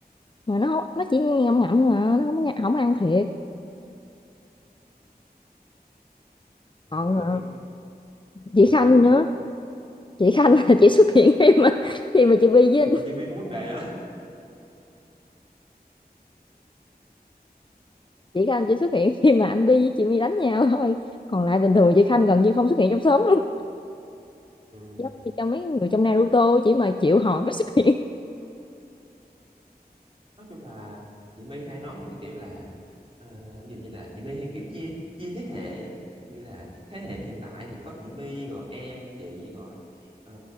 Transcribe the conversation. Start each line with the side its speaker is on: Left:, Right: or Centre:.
Left: mà nó không, nó chỉ ngậm ngậm thôi mà nó không có- không ăn thiệt
Right: bây
Left: còn
Right: giờ
Left: ờ,
Right: đi
Left: chị
Right: giờ
Left: Khanh
Right: sớm đi
Left: nữa chị Khanh là chị xuất hiện khi mà khi mà chị Vi với
Right: nhưng mà chị My có vấn đề hả
Left: chị Khanh chỉ xuất hiện <laughs> khi mà anh Bi với chị My đánh nhau thôi còn lại bình thường chị Khanh gần như không xuất hiện trong xóm luôn
Right: ừ
Left: giống như cho mấy người trong Naruto chỉ mà chịu hỏi mới xuất hiện
Right: nói chung là chị My hay nói về cái kiểu là ờ, ví dụ như là chị My hay kiểu chia chia thế hệ á ví dụ như là thế hệ hiện tại thì có chị My rồi em chị rồi ờ,